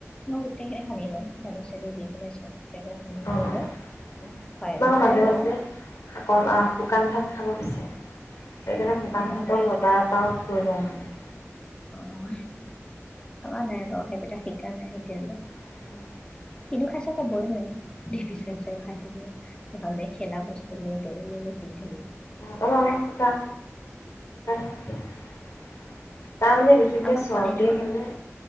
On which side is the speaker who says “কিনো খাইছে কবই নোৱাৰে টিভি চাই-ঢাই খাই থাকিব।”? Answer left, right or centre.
Left